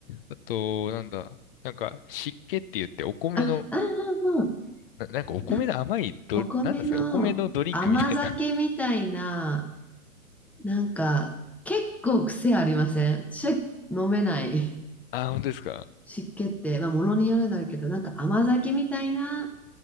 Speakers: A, on the left (about 40°); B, in the centre.
A: あと、なんだ、なんか湿気って言ってお米の、
B: あ、あ、うんうん
A: な、なんかお米の甘いド、
B: なお米の甘酒みたいな、
A: なんですか、お米のドリンクみたいな。
B: なんか、結構癖ありませんし、飲めない。
A: <laughs> あー、本当ですか。
B: 湿気って、まあ、ものによるんだけど、なんか甘酒みたいな、